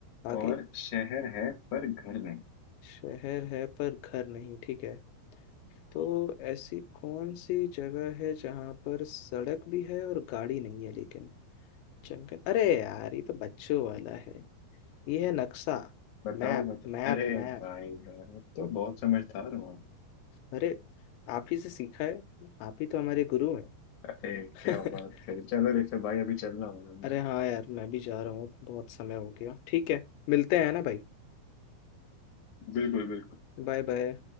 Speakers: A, on the left; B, on the left.
A: आगे
B: और शहर है पर घर नहीं
A: शहर है पर घर नहीं ठीक है तो ऐसी कौन सी जगह है जहाँ पर सड़क भी है और गाड़ी नहीं है लेकिन जंगल अरे यार ये तो बच्चों वाला है ये है नक्शा
B: बताओ
A: Map
B: बताओ
A: map
B: अरे
A: map
B: भाई यार अब तो बहुत समझदार हो
A: अरे आप ही से सीखा है आप ही तो हमारे गुरु हैं
B: ए,
A: <laughs>
B: क्या बात करे चलो रेखा भाई अभी चलना होगा मुझे
A: अरे हाँ यार मैं भी जा रहा हूँ बहुत समय हो गया ठीक है मिलते हैं ना भाई
B: बिल्कुल बिल्कुल
A: Bye bye